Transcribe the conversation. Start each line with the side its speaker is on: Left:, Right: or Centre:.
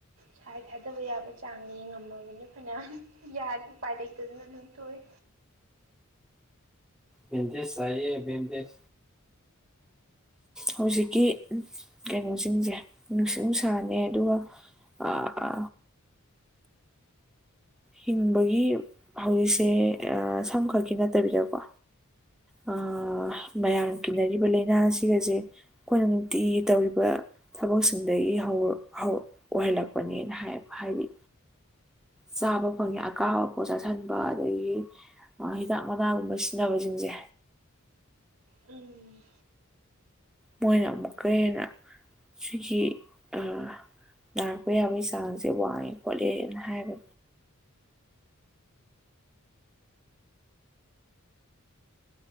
Right: ꯁꯥꯏ ꯊꯥꯗꯕ ꯌꯥꯕ ꯆꯥꯡ ꯌꯦꯡꯉꯝꯃꯕꯅꯤ ꯐꯅ꯭ꯌꯥꯝ ꯌꯥꯗ ꯎꯄꯥꯏ ꯂꯩꯇꯗꯅ ꯑꯗꯨꯝ ꯇꯣꯛꯑꯦ
Centre: ꯚꯦꯟꯗꯦꯁ ꯆꯥꯏꯌꯦ ꯚꯦꯟꯗꯦꯠ ꯍꯧꯖꯤꯛꯀꯤ ꯀꯩꯅꯣꯁꯤꯡꯖꯦ ꯅꯨꯡꯁꯤꯠ ꯅꯨꯡꯁꯥꯅꯦ ꯑꯗꯨꯒ ꯑꯥ ꯍꯥ ꯍꯤꯡꯕꯒꯤ ꯍꯧꯖꯤꯛꯁꯦ ꯑꯥ ꯁꯝ ꯈꯛꯀꯤ ꯅꯠꯇꯕꯤꯗꯀꯣ ꯑꯥ
Right: ꯎꯝ
Centre: ꯃꯌꯥꯝꯅ ꯀꯤꯅꯔꯤꯕ ꯂꯩꯅꯥꯁꯤꯒꯖꯦ ꯈꯣꯏꯅ ꯅꯨꯡꯇꯤꯒꯤ ꯇꯧꯔꯤꯕ ꯊꯕꯛꯁꯤꯡꯗꯒꯤ ꯍꯧꯋꯥ ꯍꯧ ꯑꯣꯏꯍꯜꯂꯛꯄꯅꯦꯅ ꯍꯥꯏꯕ ꯍꯥꯏꯗꯤ ꯆꯥꯕ ꯐꯪꯉꯦ ꯑꯀꯥꯕ ꯄꯣꯠ ꯆꯥꯁꯟꯕ ꯑꯗꯒꯤ ꯑꯥ ꯍꯤꯗꯥꯛ ꯃꯅꯥꯒꯨꯝꯕ ꯁꯤꯟꯅꯕꯖꯤꯡꯖꯦ
Right: ꯎꯝ
Centre: ꯃꯣꯏꯅ ꯑꯃꯨꯛꯀ ꯍꯦꯟꯅ ꯁꯤꯒꯤ ꯑꯥ ꯅꯥꯔꯛꯄ ꯌꯥꯕꯩ ꯆꯥꯡꯖꯦ ꯋꯥꯡꯉꯦ ꯈꯣꯠꯂꯦꯅ ꯍꯥꯏꯕ